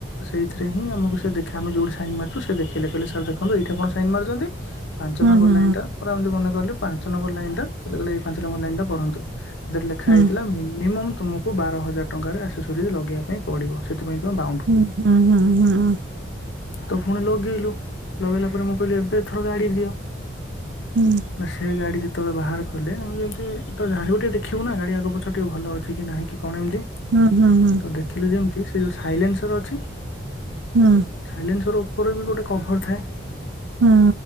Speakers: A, on the left; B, on the right.
A: ସେଇଥିରେ ହିଁ ଆମକୁ ସେ ଦେଖ ଖା ଆମେ ଯୋଉଠି ସାଇନ୍ ମାରିଚୁ। ସେ ଦେଖେଇଲେ କହିଲେ ସାର୍ ଦେଖନ୍ତୁ ଏଇଠା ଆପଣ ସାଇନ୍ ମାରୁଚନ୍ତି ପାଞ୍ଚ
B: ହୁଁ
A: ନମ୍ବର
B: ହୁଁ
A: ଲାଇନ୍ ଟା ପରା ଏମିତି ମନେ କଲୁ ପାଞ୍ଚ ନମ୍ବର ଲାଇନଟା ମତେ କହିଲେ ଏଇ ପାଞ୍ଚ ନମ୍ବର ଲାଇନ୍ ଟା ପଢନ୍ତୁ। ସେତେ ଲେଖା
B: ହୁଁ
A: ହେଇଥିଲା ମିନିମମ୍ ତମକୁ ବାର ହଜାର ଟଙ୍କାରେ ଆସେଶୋରିଜ୍ ଲଗେଇବା ପାଇଁ ପଡିବ। ସେଥିପାଇଁ ତୁମେ ବାଉଣ୍ଡ।
B: ହୁଁ ହୁଁ ହୁଁ ହୁଁ
A: ତ ପୁଣି ଲଗେଇଲୁ ଲଗେଇଲା ପରେ ମୁଁ କଇଲି ଏବେ ଏଥର ଗାଡି ଦିଅ।
B: ହୁଁ
A: ନା ସେ ଗାଡି ଯେତେବେଳେ ବାହାର କଲେ ଆମେ ଯେମିତି ତ ଯାହାବି ହେଲେ ଟିକେ ଦେଖିବୁ ନା ଗାଡି ଆଗ ପଛ ଟିକେ ଭଲ ଅଛି କି ନାହିଁ କି କଣ ଏମିତି
B: ହୁଁ ହୁଁ ହୁଁ
A: ତ ଦେଖିଲୁ ଯେମିତି ସେ ଯୋଉ ସାଇଲେନ୍ସର ଅଛି
B: ହୁଁ
A: ସାଇଲେନ୍ସର ଉପରେ ବି ଗୋଟେ କଭର ଥାଏ
B: ହୁଁ